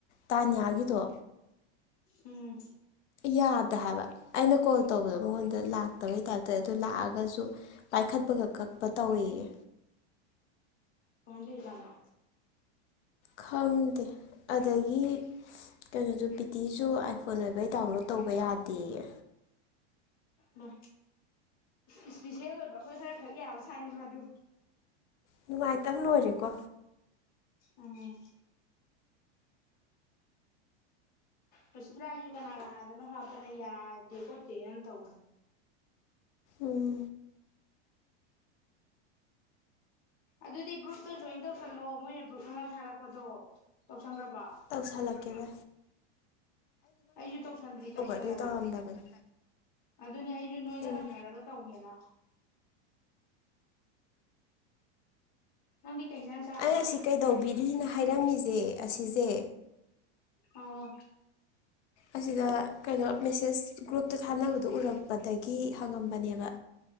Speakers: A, on the left; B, on the left.
A: ꯇꯥꯅꯤꯌꯥꯒꯤꯗꯣ
B: ꯎꯝ
A: ꯌꯥꯗꯦ ꯍꯥꯏꯕ ꯑꯩꯅ ꯀꯣꯜ ꯇꯧꯕꯗꯣ ꯃꯉꯣꯟꯗ ꯂꯥꯛꯇꯕꯩ ꯇꯥꯏꯞ ꯇꯧꯏ ꯑꯗꯨ ꯂꯥꯛꯑꯒꯁꯨ ꯄꯥꯏꯈꯠꯄꯒ ꯀꯛꯄ ꯇꯧꯋꯤ ꯌꯦ
B: ꯀꯃꯥꯏ ꯇꯧꯔꯤꯖꯠꯅꯣ
A: ꯈꯪꯗꯦ ꯑꯗꯒꯤ ꯀꯩꯅꯣꯁꯨ ꯄꯔꯤꯇꯤꯁꯨ ꯑꯥꯏꯐꯣꯟ ꯑꯣꯏꯕꯩ ꯗꯥꯎꯟꯂꯣꯗ ꯇꯧꯕ ꯌꯥꯗꯦꯌꯦ
B: ꯑꯩꯃꯥ ꯏꯁꯄꯤꯁꯦꯜ ꯑꯣꯏꯕ ꯑꯩꯈꯣꯏ ꯈꯔ ꯈꯛ ꯌꯥꯕꯖꯥꯠꯅꯤ ꯃꯗꯨ
A: ꯅꯨꯡꯉꯥꯏꯇꯕꯅ ꯂꯣꯏꯔꯦꯀꯣ
B: ꯎꯝ ꯔꯣꯁꯤꯕꯤꯅꯒꯤꯁꯨ ꯀꯅꯥ ꯀꯅꯥꯗꯅꯣ ꯍꯥꯞꯄꯒ ꯌꯥꯗꯦ ꯈꯣꯠꯇꯦ ꯌꯥꯝ ꯇꯧꯕꯅꯤ
A: ꯎꯡ
B: ꯑꯗꯨꯗꯤ ꯒ꯭ꯔꯨꯞꯇꯨ ꯖꯣꯏꯟ ꯇꯧꯁꯜꯂꯣꯑꯣ ꯃꯣꯏꯅ ꯒ꯭ꯔꯨꯞ ꯑꯃ ꯊꯥꯔꯛꯄꯗꯣ ꯇꯧꯁꯟꯈ꯭ꯔꯕ
A: ꯇꯧꯁꯂꯜꯛꯀꯦꯕ
B: ꯑꯩꯁꯨ ꯇꯧꯁꯟꯗ꯭ꯔꯤ ꯇꯧꯁꯜꯂꯒꯦ
A: ꯑꯗꯨꯏ ꯇꯧꯔꯝꯗꯕꯅꯤ
B: ꯑꯗꯨꯅꯦ ꯑꯩꯁꯨ ꯅꯣꯏꯗ
A: ꯎꯝ
B: ꯍꯪꯅꯔꯒ ꯇꯧꯒꯦꯅ ꯅꯪ ꯗꯤ ꯀꯩ ꯏꯟꯖꯥꯡ ꯆꯥꯔꯕ
A: ꯑꯩꯅ ꯁꯤ ꯀꯩꯗꯧꯕꯤꯔꯤꯅ ꯍꯥꯏꯔꯝꯃꯤꯁꯦ ꯑꯁꯤꯁꯦ
B: ꯑꯣ
A: ꯑꯁꯤꯗ ꯀꯩꯅꯣ ꯃꯦꯁꯦꯁ ꯒ꯭ꯔꯨꯞꯇ ꯊꯥꯅꯕꯗꯨꯣ ꯎꯔꯛꯄꯗꯒꯤ ꯍꯪꯉꯝꯕꯅꯦꯕ